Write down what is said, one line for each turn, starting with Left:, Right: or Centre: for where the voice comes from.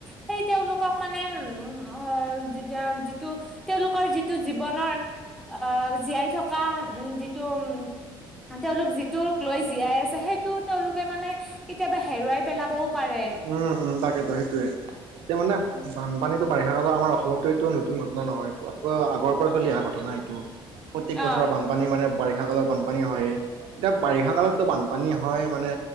Centre: সেই তেওঁলোকক মানে উম উমম অ যেতিয়া যিটো তেওঁলোকৰ যিটো জীৱনৰ আহ জীয়াই থকা উম তোম তেওঁলোক যিটোক লৈ জীয়াই আছে সেইটো তেওঁলোকে মানে কেতিয়াবা হেৰুৱাই পেলাবও পাৰে
Right: উম উম তাকেতো সেইটোয়ে এতিয়া মানে
Centre: উম
Right: বানপানী কিন্ত বাৰিষা কালত আমাৰ অসমতটো এইটো নতুন ঘটনা নহয় প পুৰা আগৰ পৰা চলি অহা ঘটনা এইটো। প্ৰত্যেক
Centre: অ',
Right: বছৰে বানপানী মানে বাৰিষা কালত বানপানী হয়ে এতিয়া বাৰিষা কালতটো বানপানী হয় মানে